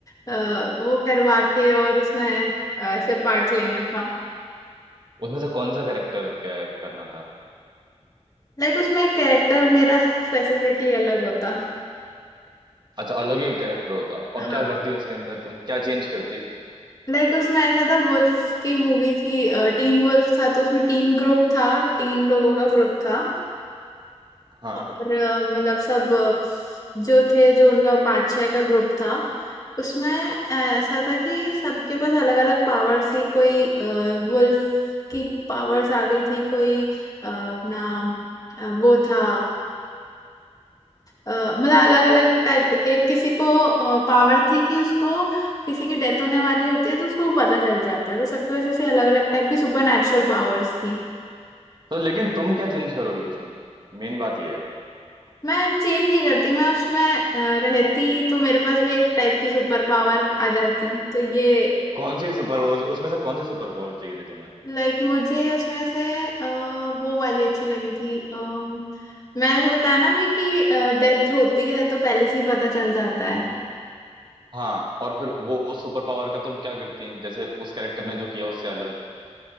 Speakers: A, on the left (about 30°); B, on the right (about 40°).
A: अ, वो करवा के और उसमें अ, ऐसे पार्ट लेना था
B: उसमें से कौन सा कैरेक्टर करना था
A: लाइक उसमें कैरेक्टर मेरा स्पेसिफिकली अलग होता
B: अच्छा अलग ही कैरेक्टर होता और
A: हाँ
B: क्या करती उसके अंदर तुम क्या चेंज करती
A: लाइक उसमें ऐसा था वुल्फ की मूवी थी टीन वुल्फ था तो उसमें टीन ग्रुप था तीन लोगों का ग्रुप था
B: हाँ
A: और अ, मतलब सब अ, जो थे जो उनका पाँच छः का ग्रुप था उसमें ऐसा था कि सबके पास अलग अलग पावर्स थी कोई वुल्फ की पावर्स आ गई थी कोई अ, अपना अ, वो था अ, मतलब अलग अलग टाइप एक किसी को पावर थी कि उसको किसी की डेथ होने वाली होती है तो उसको वो पता चल जाता है तो सबके पास ऐसी अलग अलग टाइप की सुपर नेचुरल पावर्स थी
B: तो लेकिन तुम क्या चेंज करोगी उसमें मेन बात ये है
A: मैं चेंज नहीं करती मैं उसमें अ, रहती तो मेरे पास भी एक टाइप की सुपर पावर आ जाती तो ये
B: कौन सी सुपर पावर, उसमें से कौन सी सुपर पावर चाहिए थी तुम्हें
A: लाइक मुझे उसमें से अ, वो वाली अच्छी लगी थी अम, मैंने जो बताया ना भी कि डेथ होती है तो पहले से ही पता चल जाता है
B: हाँ और फिर वो उस सुपर पावर का तुम क्या करती जैसे उस कैरेक्टर ने जो किया उससे अलग